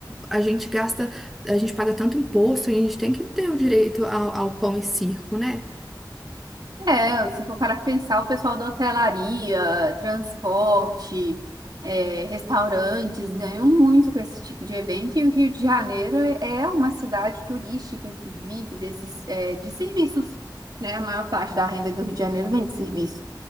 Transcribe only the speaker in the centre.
A gente gasta a gente paga tanto imposto e a gente tem que ter o direito ao, ao pão e circo, né?